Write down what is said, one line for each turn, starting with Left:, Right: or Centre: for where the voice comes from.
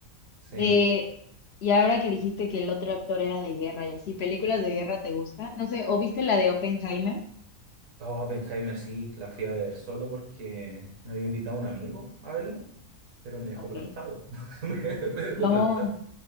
Right: Sí.
Left: De, y ahora que dijiste que el otro actor era de guerra y así, ¿películas de guerra te gustan? No sé, ¿o viste la de Oppenheimer?
Right: Oh, Oppenheimer sí, la fui a ver solo porque me había invitado un amigo a verla, pero me dejó
Left: Ok.
Right: plantado. <laughs> Me, me dejó
Left: No,
Right: plantado.